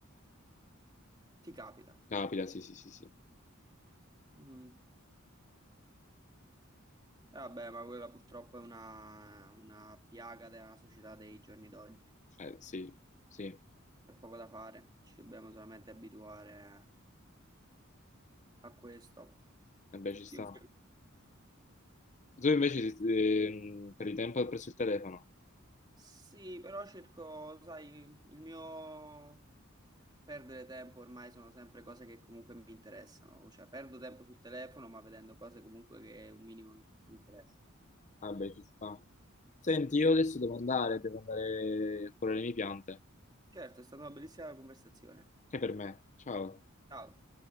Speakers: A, on the right (about 20°); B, on the left (about 35°).
A: Ti capita.
B: capita, sì, sì, sì, sì.
A: Mm. Eh, Vabbè, ma quella purtroppo è una, una piaga della società dei giorni d'oggi.
B: Eh, sì, sì,
A: C'è poco da fare, ci dobbiamo solamente abituare a questo.
B: vabbè, ci sta.
A: Io...
B: Tu invece eh, perdi tempo presso il telefono?
A: Sì, però cerco, sai, il mio perdere tempo ormai sono sempre cose che comunque mi interessano, cioè perdo tempo sul telefono ma vedendo cose comunque che un minimo mi interessano.
B: Vabbè, ci sta. Senti, io adesso devo andare, devo andare a curare le mie piante.
A: Certo, è stata una bellissima conversazione.
B: Che per me. Ciao.
A: Ciao.